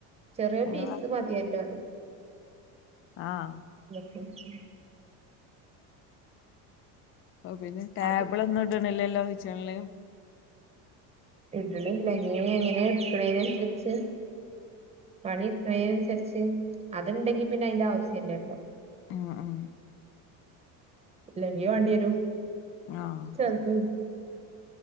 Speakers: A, on the right; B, on the left.
A: ചെറിയ
B: അതിന്
A: പീസ്
B: വേറെ
A: മതിയല്ലോ
B: ആഹ്
A: അപ്പപിന്നെ
B: ഓ പിന്നെ ടാബിൾ
A: അത്
B: ഒന്നും ഇടണില്ലല്ലോ. ചെള്ള
A: ഇടണില്ലങ്ങ എങ്ങനെയ എടുക്കണേനനുസരിച്ച്- പണി ട്രെയിനനുസരിച്ച് അതുണ്ടെങ്കി പിന്നെ അതിന്റെ ആവശ്യല്ലേ ഉണ്ടോ?
B: ആ ആ.
A: ഇല്ലെങ്കിയോ വണ്ടി വരും.
B: ആഹ്
A: ചത.